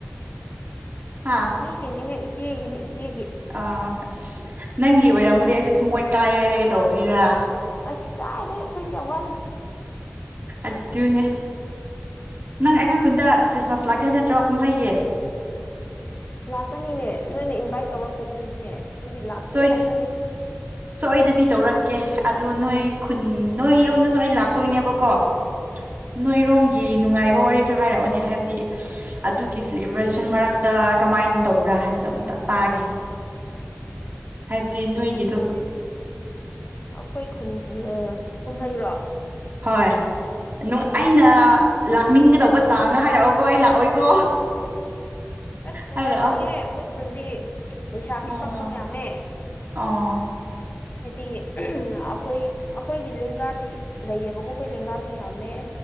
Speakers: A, on the right; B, on the left.
A: ꯍꯥ
B: ꯃꯤꯒꯤꯅꯤꯍꯦ ꯏꯆꯦꯒꯤꯅꯤ ꯏꯆꯦꯒꯤ
A: ꯑꯥ ꯑꯁ ꯅꯪꯒꯤ ꯑꯣꯏꯔꯝꯃꯗꯤ ꯑꯩꯁꯨ ꯊꯨꯝꯃꯣꯏ ꯀꯥꯏꯔꯦ ꯍꯥꯏꯒꯦ ꯇꯧꯕꯅꯤꯗ
B: ꯑꯁ ꯀꯥꯏꯗꯩ ꯑꯩꯈꯣꯏꯗꯤ ꯑꯋꯥ
A: ꯑꯠꯇꯨꯅꯦ ꯅꯪ ꯑꯩꯈꯣꯏ ꯈꯨꯟꯗ ꯈ꯭ꯔꯤꯁꯃꯥꯁ
B: ꯑꯁ
A: ꯂꯥꯛꯀꯦ ꯍꯥꯏꯕ ꯅꯠꯇ꯭ꯔꯣ ꯀꯨꯝꯍꯩꯒꯤ
B: ꯂꯥꯛꯀꯅꯤꯅꯦ ꯅꯣꯏꯅ ꯏꯟꯚꯥꯏꯠ ꯇꯧꯔꯛꯇꯕꯩꯅꯤꯅꯦ ꯑꯩꯈꯣꯏꯗꯤ ꯂꯥꯛꯀꯦ
A: ꯁꯣꯏ
B: ꯉꯥꯛꯇꯅꯤ
A: ꯁꯣꯏꯗꯕꯤ ꯇꯧꯔꯛꯀꯦ ꯑꯗꯣ ꯅꯣꯏ ꯈꯨꯟ ꯅꯣꯏꯔꯣꯝꯗꯁꯨ ꯑꯩ ꯂꯥꯛꯇꯣꯏꯅꯦꯕꯀꯣ
B: <inaudible>
A: ꯅꯣꯏꯔꯣꯝꯒꯤ ꯅꯨꯡꯉꯥꯏꯕ ꯋꯥꯔꯤ ꯈꯔ ꯍꯥꯏꯔꯛꯑꯣꯅꯦ ꯍꯥꯏꯕꯗꯤ ꯑꯗꯨꯒꯤ ꯁꯦꯂꯦꯕ꯭ꯔꯦꯁꯟ ꯃꯔꯛꯇ ꯃꯥꯏꯟ ꯇꯧꯕ꯭ꯔꯥ ꯍꯥꯏꯕꯗꯣ ꯑꯝꯇ ꯇꯥꯒꯦ ꯍꯥꯏꯕꯗꯤ
B: ꯁꯈꯣꯏ
A: ꯅꯣꯏꯒꯤꯗꯣ
B: ꯈꯨꯟꯒꯦꯁ ꯑꯩꯈꯣꯏ ꯈ ꯀꯨꯝꯍꯩꯔꯣ
A: ꯍꯣꯏ ꯑꯗꯨ ꯑꯩꯅ ꯂꯥꯛꯅꯤꯡꯒꯗꯧꯕ ꯆꯥꯡꯗ ꯍꯥꯏꯔꯛꯑꯣꯀꯣ ꯑꯩ ꯂꯥꯛꯑꯣꯏꯀꯣ
B: ꯑꯁ ꯅꯨꯡꯉꯥꯏꯕꯅꯤꯍꯦ
A: ꯍꯥꯏꯔꯛꯑꯣ
B: ꯑꯩꯈꯣꯏ ꯈꯨꯟꯗꯤ ꯂꯩꯁꯥꯕꯤ
A: ꯑꯣ
B: ꯄꯥꯈꯪ ꯌꯥꯝꯃꯦ
A: ꯑꯣ
B: ꯍꯥꯏꯗꯤ ꯑꯩꯈꯣꯏ ꯑꯩꯈꯣꯏꯒꯤ ꯂꯦꯡꯒꯥꯗꯤ ꯂꯩꯌꯦꯕꯀꯣ ꯑꯩꯈꯣꯏ ꯂꯦꯡꯒꯥꯁꯨ ꯌꯥꯝꯃꯦ